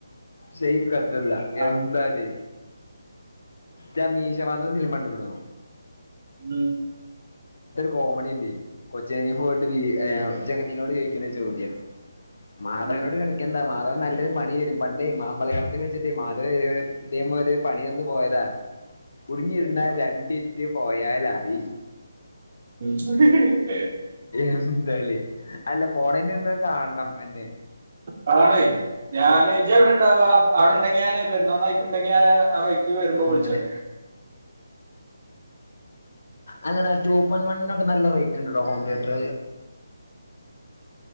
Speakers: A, on the left; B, on the right.
A: ഷെയ്ക്ക് അബ്ദുള്ള
B: ആഹ്
A: എന്താല് ഇജ്ജ് ആ മീശമാധവൻ സിനിമ കണ്ട്ക്കണോ?
B: മ്
A: കോമടിണ്ട് ഒരു ജഗതി ന്നോട് ചോദിക്കുന്ന ചോദ്യം മാധവനോട്
B: ഉം ഉം
A: കളിക്കണ്ടാന്ന് മാധവൻ നല്ലൊരു പണിയരും പണ്ടേ മാമ്പഴ കളത്തിൽ വെച്ച് മാധവൻ ഇതേ മാര് പണിയന്ന് പോയതാ കുടുങ്ങിയിരുന്ന രണ്ടി പോയാലായി
B: ഹ് ഹ് ഹ്
A: എന്താലേ അല്ലെ പോണെഞ്ഞെന്ന് കാണ്ണം അന്നേ
B: കാണയ് ഞാൻ ഇജ്ജ് എവിടെ ഇണ്ടാവാ അവിടിണ്ടെങ്കി ഞാൻ പെരിന്തൽമണ്ണ വഴിക്ക് ഇണ്ടെങ്കിൽ ഞാൻ ആ വഴിക്ക് വരുമ്പോ വിളിച്ചോണ്ട്
A: അങ്ങനെ അല്ലടാ ടു പോയിന്റ് വണ്ണിനോക്കെ നല്ല റേറ്റ് ഇണ്ടടാ ഹോം ടീയറ്റർ